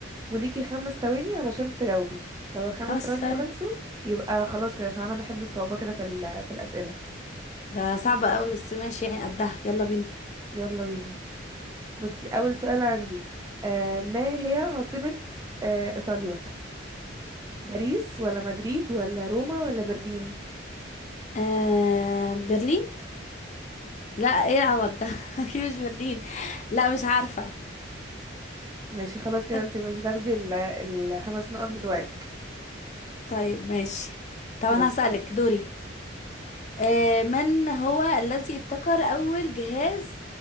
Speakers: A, on the right; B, on the left.
A: وليكي خمس ثواني علشان تجاوبي لو الخمس
B: خمس
A: ثواني
B: ثواني
A: خلصوا يبقى خلاص كده عشان انا بحب الصعوبه كده في ال... في الاسئله
B: ده صعب قوي بس ماشي يعني قدها يلا بينا
A: يلا بينا بصي اول سؤال عندي آه ما هي عاصمه آه ايطاليا باريس ولا مدريد ولا روما ولا برلين
B: آه برلين لا ايه العوض ده <laughs> اكيد مش برلين لا مش عارفة
A: ماشي خلاص كده
B: طب
A: انت مش هتاخدي ال- الخمس نقط بتوعك
B: طيب ماشي طب
A: ماشي
B: انا هسألك دوري آه من هو الذي ابتكر اول جهاز